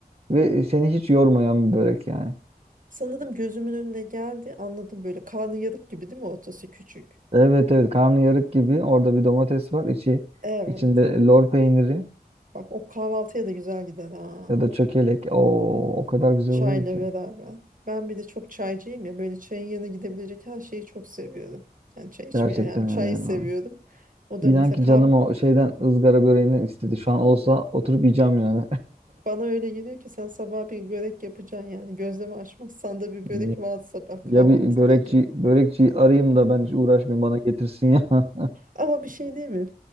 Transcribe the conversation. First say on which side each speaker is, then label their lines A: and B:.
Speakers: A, on the right; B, on the right.
A: ve seni hiç yormayan bir börek yani.
B: Sanırım gözümün önüne geldi. Anladım böyle karnıyarık gibi değil mi ortası küçük?
A: Evet evet karnıyarık gibi orada bir domates var. İçi
B: Evet.
A: içinde lor peyniri
B: Bak o kahvaltıya da güzel gider ha.
A: ya da çökelek. Oo, o kadar güzel
B: Çayla
A: oluyor ki.
B: beraber. Ben bir de çok çaycıyım ya. Böyle çayın yanına gidebilecek her şeyi çok seviyorum. Yani çay içmeyi
A: Gerçekten
B: hem çayı
A: öyle
B: seviyorum.
A: ya.
B: O da
A: İnan
B: mesela
A: ki
B: kahve.
A: canım o şeyden ızgara böreğinden istedi. Şu an olsa oturup yiyeceğim yani.
B: Bana öyle geliyor ki sen sabah bir börek yapacaksın yani. Gözleme açmazsan da bir
A: <laughs>
B: börek
A: Ne-
B: var sabah
A: Ya
B: kahvaltıda
A: bir börekçi
B: gibi.
A: börekçiyi arayayım da ben hiç uğraşmayayım bana getirsin ya. <laughs>
B: Ama bir şey değil mi?